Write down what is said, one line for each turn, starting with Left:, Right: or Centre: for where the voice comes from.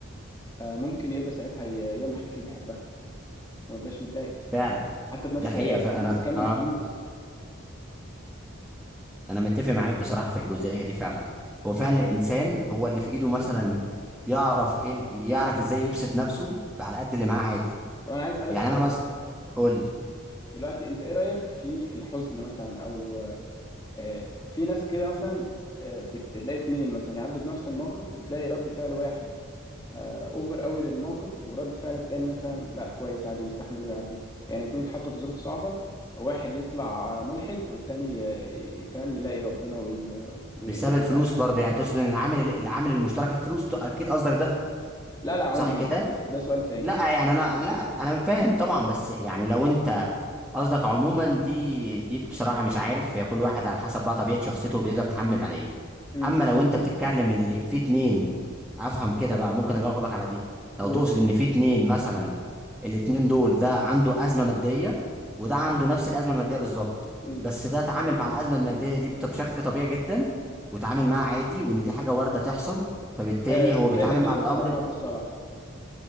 Left: آه، ممكن يقدر ساعتها ي- يعمل الحاجات اللي بيحبها وما يبقاش متضايق
Centre: فعلا
Left: حتى بنفس
Centre: ده حقيقة فأنا
Left: بنفس كم
Centre: اه
Left: الفلوس
Centre: أنا متفق معاك بصراحة في الجزئية دي فعلا هو فعلا الإنسان هو اللي في إيده مثلا يعرف إيه ال- يعرف إزاي يبسط نفسه على قد اللي معاه عادي
Left: طب انا عايز اسالك
Centre: يعني
Left: سؤال
Centre: أنا مثلا
Left: بقى
Centre: قول لي
Left: دلوقتي انت ايه رايك في الحزن مثلا او آه، في ناس كده مثلا آه، بتلاقي اتنين مثلا يعدوا بنفس الموقف وتلاقي رد فعل واحد اوفر قوي للموقف ورد فعل التاني مثلا لا كويس عادي ويستحمل ويعدي يعني اتنين يتحطوا في ظروف صعبة واحد يطلع آه، ملحد والتاني آه، فاهم يلاقي ربنا وي... وي-
Centre: بسبب
Left: ويلجأ
Centre: الفلوس
Left: له
Centre: برضه يعني تقصد إن العامل العامل المشترك الفلوس ت- أكيد قصدك ده
Left: لا لا عموما
Centre: صح كده
Left: ده, ده سؤال تاني
Centre: لا
Left: يعني
Centre: يعني انا لا لا، انا فاهم طبعا بس يعني لو انت قصدك عموما دي دي بصراحه مش عارف هي كل واحد على حسب بقى طبيعه شخصيته بيقدر يتحمل عليه
Left: امم
Centre: اما لو انت بتتكلم ان في اتنين افهم كده بقى ممكن اجاوبك على دي لو
Left: قول
Centre: تقصد
Left: تاني
Centre: ان في اتنين مثلا الاتنين دول ده عنده ازمه ماديه وده عنده نفس الازمه الماديه بالظبط
Left: امم
Centre: بس ده اتعامل مع الازمه الماديه دي بط- بشكل طبيعي جدا وتعامل معاها عادي وان دي حاجه وارده تحصل فبالتالي
Left: ايوه يعني
Centre: هو
Left: طريقتك
Centre: بيتعامل
Left: كده
Centre: مع الامر
Left: في في عرض السؤال احسن فاهم